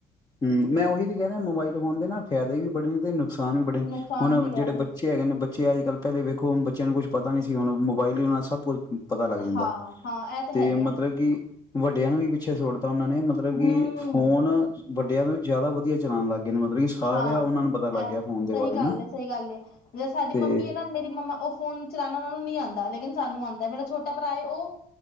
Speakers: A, on the left; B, on the left.
A: ਹਮ ਮੈਂ ਉਹੀ ਤੇ ਕਹਿ ਰਿਹਾਂ, ਮੋਬਾਈਲ ਫੋਨ ਦੇ ਨਾ ਫਾਇਦੇ ਵੀ ਬੜੇ ਨੇ, ਤੇ ਨੁਕਸਾਨ ਵੀ ਬੜੇ ਨੇ
B: ਨੁਕਸਾਨ
A: ਹੁਣ
B: ਵੀ
A: ਜਿਹੜੇ
B: ਹੈ
A: ਬੱਚੇ ਬੱਚੇ ਹੈਗੇ ਨੇ ਬੱਚੇ ਅੱਜ -ਕੱਲ ਪਹਿਲੇ ਵੇਖ ਹੁਣ, ਬੱਚਿਆਂ ਨੂੰ ਕੁੱਛ ਪਤਾ ਨਹੀਂ ਸੀ, ਹੁਣ ਮੋਬਾਈਲ ਹੀ ਨਾਲ ਸਭ ਕੁੱਛ ਪਤਾ ਲੱਗ ਜਾਂਦਾ,
B: ਹਾਂ ਹਾਂ ਇਹ ਤਾਂ
A: ਤੇ
B: ਹੈ ਹੀ ਹੈ
A: ਮਤਲੱਬ ਕਿ ਵੱਡਿਆਂ ਨੂੰ ਵੀ, ਪਿੱਛੇ ਛੋੜਤਾ ਉਹਨਾਂ ਨੇ, ਮਤਲੱਬ
B: ਹੂੰ
A: ਕਿ ਫੋਨ, ਵੱਡਿਆਂ ਨਾਲੋਂ, ਜਿਆਦਾ ਵਧੀਆ ਚਲਾਉਣ ਲੱਗ ਗਏ ਨੇ ਮਤਲਬ ਕਿ ਸਾਰਿਆ
B: ਹਾਂ,
A: ਉਹਨਾਂ ਨੂੰ ਪਤਾ
B: ਐ,
A: ਲੱਗ ਗਿਆ ਫੋਨ ਦੇ
B: ਸਹੀ
A: ਬਾਰੇ
B: ਗੱਲ
A: ਨਾ
B: ਏ, ਸਹੀ ਗੱਲ ਏ। ਜਿਵੇਂ ਸਾਡੀ
A: ਤੇ
B: ਮੰਮੀ ਏ, ਨਾ ਮੇਰੀ ਮੰਮਾ ਉਹ ਫੋਨ ਚਲਾਣਾ ਉਹਨਾ ਨੂੰ ਨਹੀਂ ਆੰਦਾ, ਲੇਕਿਨ ਸਾਨੂੰ ਆੰਦਾ। ਮੇਰਾ ਛੋਟਾ ਭਰਾ ਏ ਉਹ,